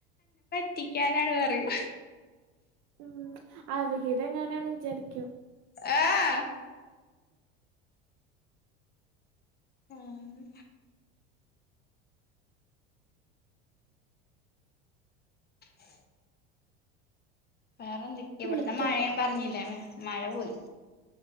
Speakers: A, on the left; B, on the right.
A: റ്റിക്കാനാണ് പറയും
B: ഉം അവിഹിതം എങ്ങാനാണ് വിചാരിക്കോ
A: ഏഹ് ആഹ് അ വേറെ എന്തൊക്കെയ ഇവിടത്തെ
B: വിളിക്കാം
A: മഴ ഞാൻ പറഞ്ഞില്ലേ മഴ പോയി